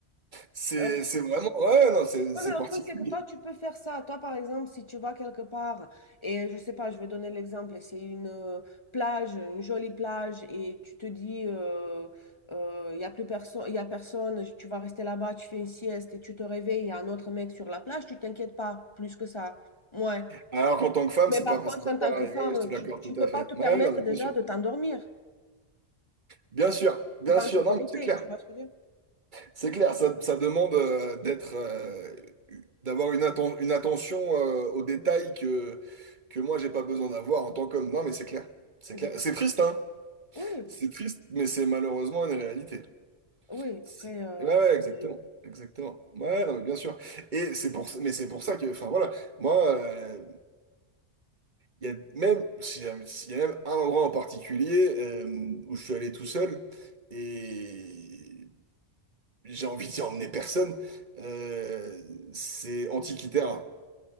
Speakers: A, on the right; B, on the left.
A: C'est
B: Euh,
A: c'est vraiment... Ouais, ouais, non, c'est
B: Oui,
A: c'est
B: mais le
A: particulier.
B: truc, c'est que toi, tu peux faire ça. Toi, par exemple, si tu vas quelque part, et je sais pas, je vais donner l'exemple, c'est une euh, plage, une jolie plage, et tu te dis, euh, euh, il y a plus personne, il y a personne, tu vas rester là-bas, tu fais une sieste, et tu te réveilles, il y a un autre mec sur la plage, tu t'inquiètes pas plus que ça. Ouais.
A: Alors qu'en tant que femme,
B: Mais
A: c'est
B: par
A: pas,
B: contre,
A: c'est pas
B: en tant
A: pareil.
B: que femme,
A: Ouais, je te l'accorde
B: tu, tu
A: tout
B: peux
A: à fait.
B: pas te permettre
A: Ouais, non, mais
B: déjà
A: bien sûr.
B: de t'endormir.
A: Bien sûr, bien
B: T'es pas
A: sûr.
B: en sécurité,
A: Non, mais c'est clair.
B: tu vois ce que je veux dire?
A: C'est clair, ça, ça demande euh, d'être... euh, d'avoir une, atten- une attention euh, aux détails que, que moi, j'ai pas besoin d'avoir en tant qu'homme. Non, mais c'est clair. C'est clair.
B: Donc,
A: C'est triste, hein?
B: oui,
A: C'est triste, mais c'est malheureusement une réalité.
B: oui,
A: C'est-
B: après, euh,
A: Ouais, ouais,
B: c'est...
A: exactement. Exactement. Ouais, non, mais bien sûr. Et c'est pour, mais c'est pour ça que, enfin voilà, moi, euh, il y a même, s'il y a s'il y a même un endroit en particulier euh, où je suis allé tout seul et j'ai envie d'y emmener personne, euh, c'est Antikythera.